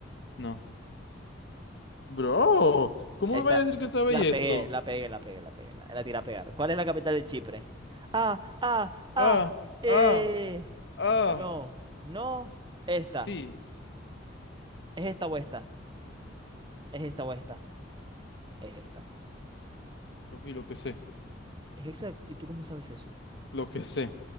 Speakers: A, on the left; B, on the right.
A: No. Bro, ¿cómo
B: Esta.
A: me vas a decir que sabéis
B: La pegué,
A: eso?
B: la pegué, la pegué, la pegué. La, la tiré a pegar. ¿Cuál es la capital de Chipre? Ah, ah, ah.
A: Ah,
B: Eh.
A: ah, ah.
B: No, no. Esta.
A: Sí.
B: ¿Es esta o esta? ¿Es esta o esta? Es esta.
A: Papi, lo que sé.
B: ¿Es esa? ¿Y tú cómo sabes eso?
A: Lo que sé.